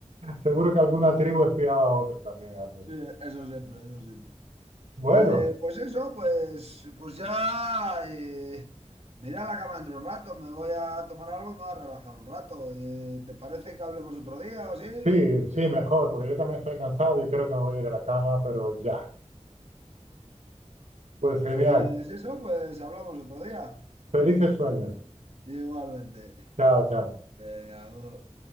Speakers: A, on the right (about 75°); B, on the right (about 60°).
A: Seguro que alguna tribu espiaba a otra también antes.
B: sí, eso siempre, eso siempre.
A: Bueno,
B: Eh, pues eso, pues, pues ya. eh, me iré a la cama dentro de un rato, me voy a tomar algo y me voy a relajar un rato. Eh, ¿te parece que hablemos otro día o sí?
A: sí, sí, mejor, porque yo también estoy cansado y creo que me voy a ir a la cama, pero ya. Pues genial.
B: Pues eso, pues hablamos otro día.
A: Felices sueños.
B: Igualmente.
A: Chao, chao.
B: Venga, ojo.